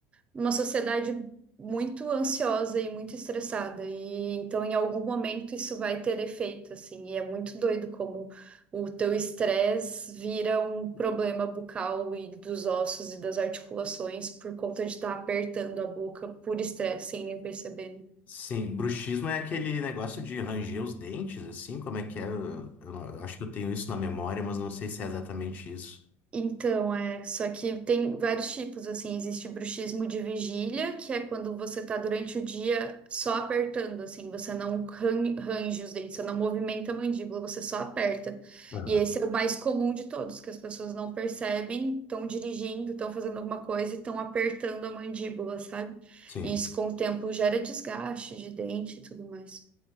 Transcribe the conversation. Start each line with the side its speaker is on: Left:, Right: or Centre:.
Right: numa sociedade muito ansiosa e muito estressada, e então em algum momento isso vai ter efeito, assim, e é muito doido como o teu estresse vira um problema bucal e dos ossos e das articulações por conta de estar apertando a boca por estresse sem nem perceber. né?
Left: Sim, bruxismo é aquele negócio de ranger os dentes, assim, como é que é? Eu, eu não- eu acho que eu tenho isso na memória, mas não sei se é exatamente isso.
Right: Então, é, só que tem vários tipos, assim, existe bruxismo de vigília, que é quando você tá durante o dia só apertando, assim, você não ran- range os dentes, você não movimenta a mandíbula, você só aperta.
Left: Aham.
Right: E esse é o mais comum de todos, que as pessoas não percebem, estão dirigindo, estão fazendo alguma coisa e estão apertando a mandíbula, sabe?
Left: Sim.
Right: E isso com o tempo gera desgaste de dente e tudo mais.